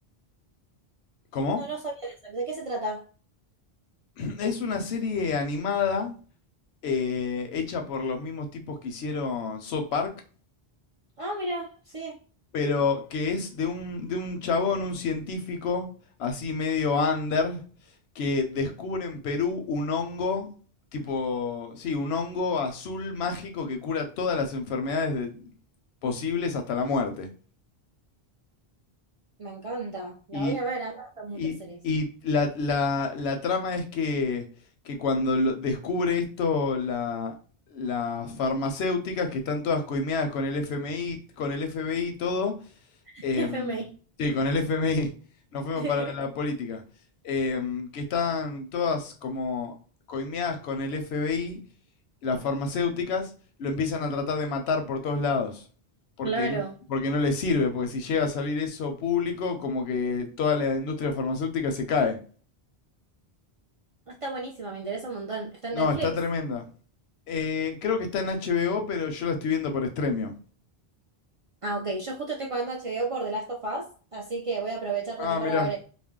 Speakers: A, on the left; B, on the right.
A: ¿Cómo?
B: No, no sabía de eso. ¿De qué se trata?
A: <clears throat> Es una serie animada eh, hecha por los mismos tipos que hicieron South Park.
B: Ah, mira, sí.
A: pero que es de un, de un chabón, un científico, así medio under, que descubre en Perú un hongo, tipo, sí, un hongo azul mágico que cura todas las enfermedades de- posibles hasta la muerte.
B: Me encanta. La
A: Y,
B: voy a ver. A mí me gustan muchas
A: y-
B: series.
A: y la, la- la trama es que, que cuando lo- descubre esto la- las farmacéuticas, que están todas coimeadas con el FMI, con el FBI y todo,
B: <laughs>
A: em,
B: F FMI.
A: sí, con el FMI <laughs> nos fuimos
B: <laughs>
A: para la política, em, que están todas como coimeadas con el FBI, las farmacéuticas lo empiezan a tratar de matar por todos lados, porque
B: Claro.
A: no, porque no les sirve, porque si llega a salir eso público, como que toda la industria farmacéutica se cae.
B: Está buenísima, me interesa un montón. Está en
A: No,
B: Netflix.
A: está tremenda. Eh, creo que está en HBO, pero yo la estoy viendo por Stremio.
B: Ah, ok. Yo justo estoy pagando HBO por The Last of Us, así que voy a aprovechar
A: Ah,
B: también
A: mirá.
B: para ver.